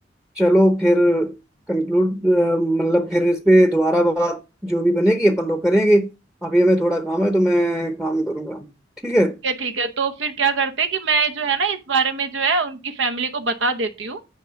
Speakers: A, in the centre; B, on the right.
A: चलो फिर कंक्लूड मतलब फिर इस पे दोबारा बात जो भी बनेगी अपन लोग करेंगे अभी हमें थोड़ा काम है तो मैं काम करूंगा ठीक है
B: क्या ठीक है तो फिर क्या करते हैं कि मैं जो है ना इस बारे में जो है उनकी फैमिली को बता देती हूँ